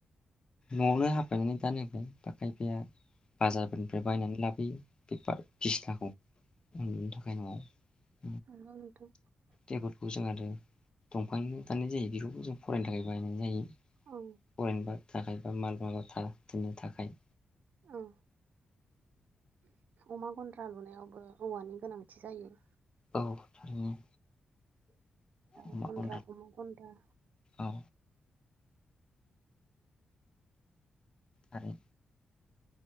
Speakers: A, on the left; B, on the right.
A: नआवनो <unintelligible> बाजारफोरनिफ्राय बायनानै लाबोयो। <unintelligible> बिसनाखौ उन्दुनो थाखाय नआव
B: <unintelligible>
A: टेबलखौ जों आरो दंफांनि दाननाय जायो बेखौबो जों फरायनो थाखाय बाहायनाय जायो
B: औ
A: फरायनो <unintelligible> थाखाय बा <unintelligible> थाखाय
B: औ अमा गन्द्रा लुनायावबो औवानि गोनांथि जायो
A: औ थारैनो
B: ओ
A: अमा
B: गन्द्राखौनो
A: गन्द्रा
B: गन्द्रा
A: औ आरो